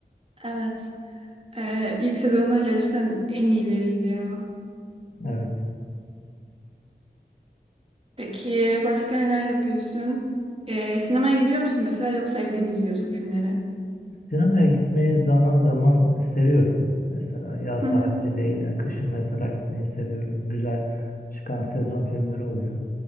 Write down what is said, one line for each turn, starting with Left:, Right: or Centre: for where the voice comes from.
Right: Evet. Ee, ilk sezonlar gerçekten en iyileriydi ya.
Left: Evet.
Right: Peki başka neler yapıyorsun? Ee, sinemaya gidiyor musun mesela yoksa evde mi izliyorsun filmleri?
Left: Sinemaya gitmeyi zaman zaman seviyorum. Mesela yaz
Right: Hı hı.
Left: harici değil, ya kışın mesela gitmeyi seviyorum. Güzel çıkan sezon filmleri oluyor.